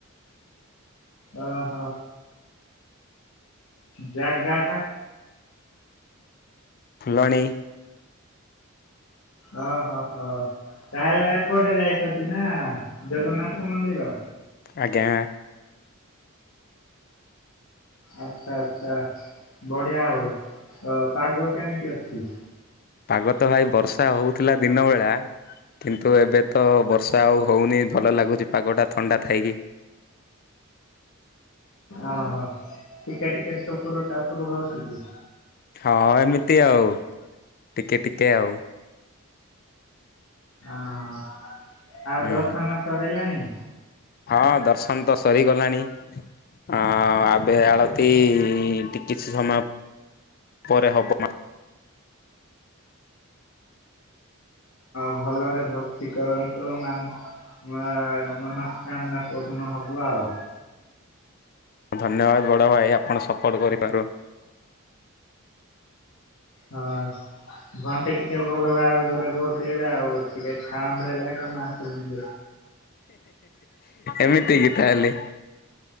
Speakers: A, on the left; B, on the left.
A: ଓ ହୋ ଜାଗ ଜାା
B: ଫୁଲବାଣୀ
A: ଓହୋ ହୋ ତାହେଲେ ଏପଟେ ଯାଇଛନ୍ତି ନା ଜଗନ୍ନାଥ ମନ୍ଦିର
B: ଆଜ୍ଞା
A: ଆଚ୍ଛା ଆଚଛା ବଢିଆ ଆଉ ପାଗ କେମିତି ଅଛି
B: ପାଗ ତ ଭାଇ ବର୍ଷା ହଉଥିଲା ଦିନ ବେଳା କିନ୍ତୁ ଏବେ ତ ବର୍ଷା ଆଉ ହେଉନି ଭଲ ଲାଗୁଛି ପାଗଟା ଥଣ୍ଡା ଥାଇକି।
A: ଓହୋ ଟିକେ ଟିକେଟ ଟପର ଟାପର ହଉଛି କି
B: ହଁ ଏମିତି ଆଉ ଟିକେ ଟିକେ ଆଉ
A: ଓହୋ ଆଉ
B: ହୁଁ।
A: ଦଶ ମା ସରିଲାଣି
B: ହଁ ଦର୍ଶନ ତ ସରିଗଲାଣି ହ ଆବେ ଆଳତି ଟିକେ କିଛି ସମୟ ପରେ ହବ ମ।
A: ଭଲରେ ଭକ୍ତି କରନ୍ତୁ ମ ଆ ମନ କାମନା କରଣ ହବ ଆଉ
B: ଧନ୍ୟବାଦ ବଡ଼ ଭାଇ ଆପଣ ସପୋର୍ଟ କରିପାରୁ।
A: ହଁ ଘଣ୍ଟି ଟିକେ ଭଲ ବା ଆଉରେ ବବେ ଆଉ ଟିକେ ସାଉଣ୍ଡ ହେଲେ କଣ ଆସୁନି
B: ଏମିତି ଗି ତାହେଲେ